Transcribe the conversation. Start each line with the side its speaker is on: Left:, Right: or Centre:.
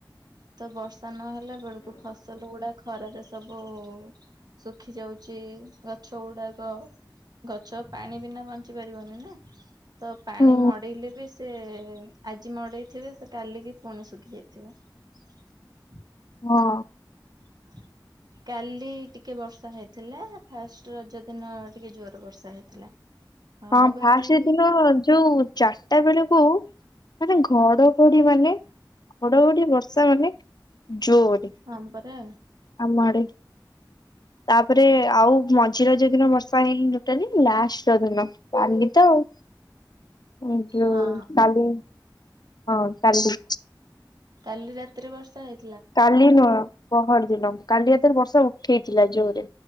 Right: ତ ବର୍ଷା ନହଲା ବେଳକୁ ଫସଲ ଗୁଡା ଖରାରେ ସବୁ ଶୁଖି ଯାଉଛି ଗଛ ଗୁଡାକ। ଗଛ ପାଣି ବିନା ବଞ୍ଚି ପାରିବନି ନା ତ ପାଣି
Left: ହୁଁ
Right: ମଡେଇଲେ ବି ସେ ଆଜି ମଡେଇଥିବେ ସେ କାଲିକି ପୁଣି ଶୁଖି ଯାଇଥିବ। <inaudible>
Left: ହଁ।
Right: <inaudible> କାଲି ଟିକେ ବର୍ଷା ହେଇଥିଲା ଫାଷ୍ଟ ରଜ ଦିନ ଟିକେ ଜୋର ବର୍ଷା ହେଇଥିଲା। ଆଉ
Left: ହଁ
Right: ବାକି
Left: ଫାଷ୍ଟ ଦିନ ଯୋଉ ଚା ଟା ବେଳକୁ ମାନେ ଘଡଘଡି ମାନେ ଘଡଘଡି ବର୍ଷା ମାନେ ଜୋରି।
Right: ହଁମ ପରା।
Left: ଆମ ଆଡେ। ତାପରେ ଆଉ ମଝି ରଜ ଦିନ ବର୍ଷା ହେଇନି ଟୋଟାଲି ଲାଷ୍ଟ ରଜ ଦିନ। କାଲି ତ ଆଉ ଏ ଯଉ
Right: ହଁ
Left: କାଲି ହଁ ଚାଲି।
Right: କାଲି ରାତିରେ ବର୍ଷା ହେଇ
Left: କାଲି ନୁହଁ ପହର ଦିନ କାଲି ହାତରେ ବର୍ଷା ଉଠେଇଥିଲା ଜୋରେ।